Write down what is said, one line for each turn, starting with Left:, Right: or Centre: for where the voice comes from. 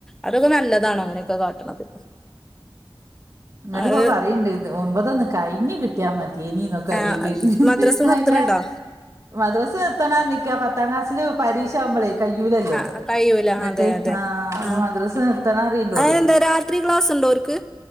Centre: അതൊക്കെ നല്ലതാണ് അങ്ങനെയൊക്കെ കാട്ടണത്
Right: ഇങ്ങട്ട
Centre: അത്
Right: ഇപ്പോ പറയണ്ട് ഒൻമ്പതൊന്നന്ന് കഴിഞ്ഞു കിട്ടിയാ മതി ജേന എന്നൊക്കെ അറിയണ്ട്
Centre: ആഹ് മദ്രസ്
Right: ന്നെ
Centre: നിർത്തണുണ്ടോ
Right: മദ്രാസ പത്തനാ നിിക്കാ പത്തങ്ങാസ്ില പരി മ്പളേ കയ്യൂലല്ലോ.
Centre: ആഹ് കഴിയൂല
Right: ന്നിട്ട്
Centre: അതെ അതെ
Right: ആ
Centre: ആഹ്
Right: മദ്രസ് നിർത്തണ അറീണ്ട്
Centre: അതെന്താ
Right: ഓള്.
Centre: രാത്രി ക്ലാസ് ഉണ്ടോൽക്ക്?